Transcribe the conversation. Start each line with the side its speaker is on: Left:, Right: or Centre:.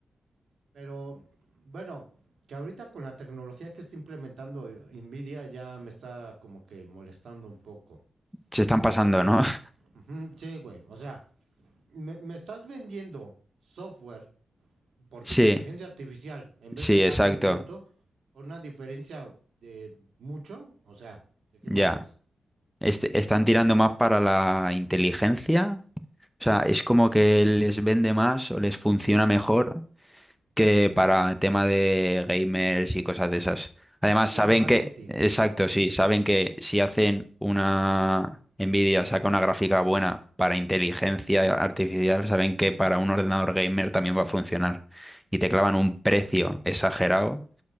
Right: Pero bueno, que ahorita con la tecnología que está implementando Nvidia ya me está como que molestando un poco.
Centre: Se están pasando,
Right: Porque,
Centre: ¿no?
Right: ujú,
Centre: <laughs>
Right: sí, güey, o sea, me, me estás vendiendo software por
Centre: Sí,
Right: tu inteligencia artificial en
Centre: sí,
Right: vez de hardware
Centre: exacto.
Right: bruto por una diferencia de mucho. O sea, ¿de qué
Centre: Ya.
Right: me hablas?
Centre: Est- están tirando más para la inteligencia O sea, es como que les vende más o les funciona mejor que para tema de gamers y cosas de esas. Además,
Right: Es
Centre: saben
Right: puro marketing.
Centre: que, exacto, sí, saben que si hacen una Nvidia, saca una gráfica buena para inteligencia artificial, saben que para un ordenador gamer también va a funcionar. Y te clavan un precio exagerado